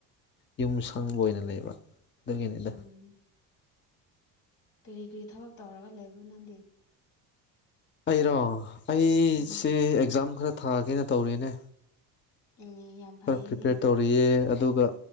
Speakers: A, on the left (about 25°); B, on the left (about 75°).
A: ꯌꯨꯝ ꯁꯪꯕ ꯑꯣꯏꯅ ꯂꯩꯕ ꯑꯗꯨꯒꯤꯅꯤꯗ
B: ꯎꯝ ꯀꯔꯤ ꯀꯔꯤ ꯊꯕꯛ ꯇꯧꯔꯒ ꯂꯩꯕ꯭ꯔꯣ ꯅꯪꯗꯤ
A: ꯑꯩꯔꯣ ꯑꯩꯁꯦ
B: ꯎꯝ
A: ꯑꯦꯛꯖꯥꯝ ꯈꯔ ꯊꯥꯒꯦꯅ ꯇꯧꯔꯤꯦꯅꯦ
B: ꯎꯝ ꯌꯥꯝ ꯐꯩꯌꯦꯅꯦ
A: ꯈꯔ ꯄ꯭ꯔꯤꯄꯦꯌꯔ ꯇꯧꯔꯤꯌꯦ ꯑꯗꯨꯒ